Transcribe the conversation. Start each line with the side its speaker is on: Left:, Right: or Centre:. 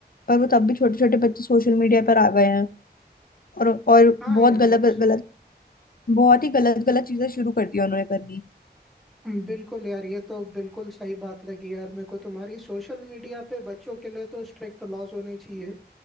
Left: पर वो तब भी छोटे छोटे बच्चे सोशल मीडिया पर आ गए हैं और और
Centre: हाँ
Left: बहुत
Centre: यार
Left: गलत गलत बहुत ही गलत गलत चीजें शुरू कर दी उन्होंने करनी
Centre: बिल्कुल यार ये तो बिल्कुल सही बात लगी यार मेरे को तुम्हारी सोशल मीडिया पे बच्चों के लिए तो स्ट्रिक्ट लॉज होने चाहिए